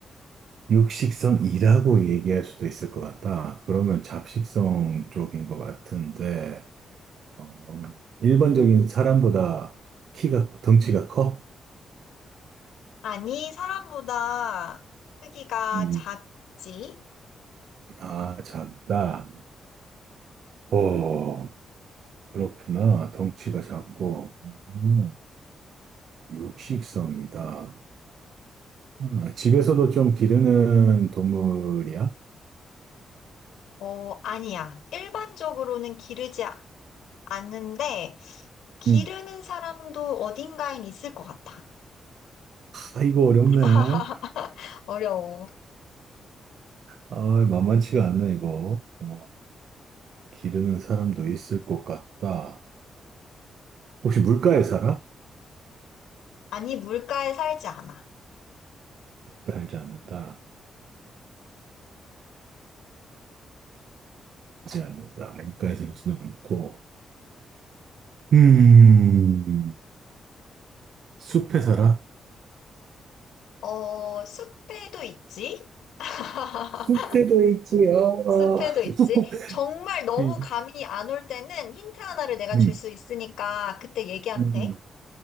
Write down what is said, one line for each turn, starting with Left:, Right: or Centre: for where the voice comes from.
Right: 육식성이라고 얘기할 수도 있을 것 같다. 그러면 잡식성 쪽인 것 같은데, 어, 일반적인 사람보다 키가, 덩치가 커?
Left: 아니, 사람보다 크기가
Right: 음,
Left: 작지?
Right: 아, 작다. 오, 그렇구나. 덩치가 작고, 음, 육식성이다. 아, 집에서도 좀 기르는 동물이야?
Left: 어, 아니야. 일반적으로는 기르지 아는데 기르는
Right: 음.
Left: 사람도 어딘가엔 있을 것 같아.
Right: 아, 이거 어렵네.
Left: <laughs> 어려워.
Right: 아, 만만치가 않네, 이거. 어, 기르는 사람도 있을 것 같다. 혹시 물가에 살아?
Left: 아니, 물가에 살지 않아.
Right: 살지 않는다. 살지 않는다. 물가에 살지는 않고. 음, 숲에 살아?
Left: 어, 숲에도 있지? <laughs>
Right: 숲에도 있지요.
Left: 숲에도
Right: 어.
Left: 있지?
Right: <laughs>
Left: 정말 너무
Right: 음,
Left: 감이 안 올 때는 힌트 하나를 내가
Right: 음,
Left: 줄 수 있으니까 그때 얘기하면
Right: 음.
Left: 돼.